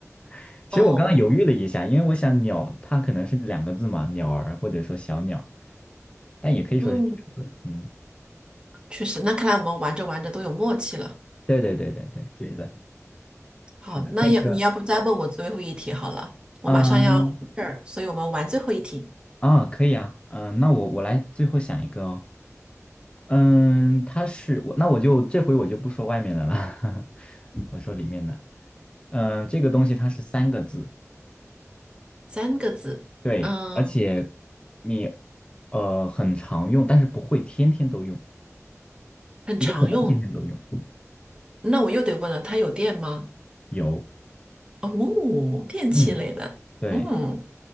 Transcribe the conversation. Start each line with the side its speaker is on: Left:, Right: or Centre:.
Left: <laughs> 其实我刚刚犹豫了一下，
Right: 哦，
Left: 因为我想鸟它可能是两个字嘛，鸟儿或者说小鸟，但也可以说是一个字。
Right: 嗯，
Left: 嗯，
Right: 确实，那看来我们玩着玩着都有默契了。
Left: 对对对对对，是的，
Right: 好，
Left: 是的，
Right: 那要你要不再问我最后一题好了，
Left: 那个
Right: 我马上要回这儿，
Left: 嗯
Right: 所以我们玩最后一题，
Left: 啊可以啊，嗯，那我我来最后想一个哦，嗯，它是我，那我就这回我就不说外面的了，<laughs> 我说里面的。嗯，这个东西它是三个字，
Right: 三个字，
Left: 对，
Right: 嗯，
Left: 而且你呃很常用，但是不会天天都用，
Right: 很常用。
Left: 也可能天天都用。
Right: 那我又得问了，它有电吗？
Left: 有，
Right: 哦，电器类的，
Left: 嗯，对
Right: 嗯，